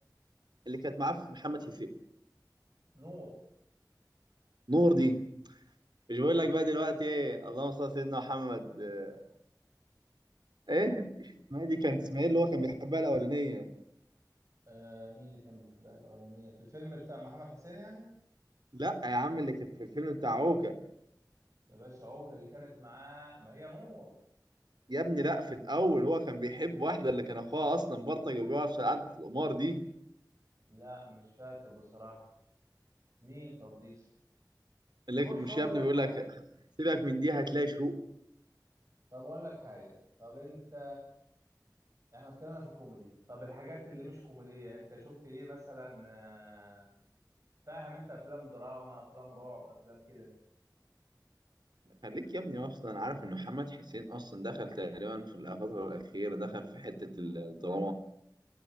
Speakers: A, on the right; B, on the right.
A: اللي كانت معاه في محمد حسين
B: نور
A: نور دي مش بقول لك بقى دلوقتي ايه اللهم صل على سيدنا محمد آه، ايه ما دي كانت اسماعيل اللي هو كان بيحبها الاولانيه
B: آه مين اللي كان بيحبها الاولانية في الفيلم بتاع محمد حسين يعني
A: لا يا عم اللي كان في الفيلم بتاع عوكة
B: يا باشا عوكل اللي كانت معاه ما هي نور
A: يا ابني لا في الاول هو كان بيحب واحده اللي كان اخوها اصلا برطج وبيقعد في قعده القمار دي
B: لا مش فاكر بصراحة مين طب دي
A: اللي
B: بص
A: كان- مش
B: هقول
A: يا ابني
B: لك
A: بيقول
B: حاجه
A: لك سيبك من دي هتلاقي شروق
B: طب اقول لك حاجه طب انت احنا اتكلمنا في الكوميدي طب الحاجات اللي مش كوميديه انت شفت ايه مثلا آه، فاهم انت افلام دراما افلام رعب افلام كده
A: خليك يا ابني اصلا عارف ان محمد حسين اصلا دخل تقريبا في الفتره الاخيره دخل في حته الدراما